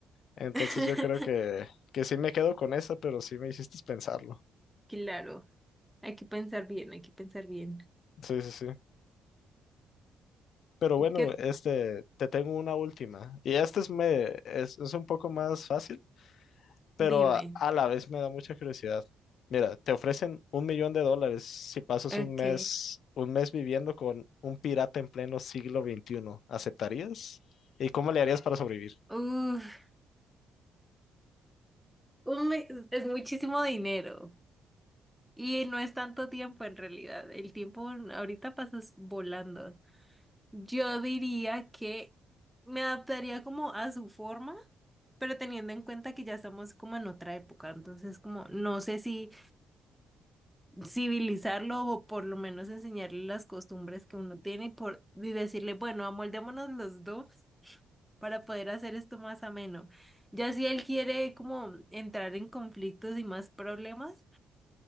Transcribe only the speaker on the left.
Entonces
yo creo que, que sí me quedo con esa, pero sí me hiciste pensarlo.
Sí, sí, sí. Pero bueno,
este, te tengo una última. Y esta es, me, es, es un poco más fácil, pero
a, a la vez me da mucha curiosidad. Mira, te ofrecen un millón de dólares si pasas
un mes, un mes viviendo con un pirata en pleno siglo veintiuno. ¿Aceptarías? ¿Y cómo le harías para sobrevivir?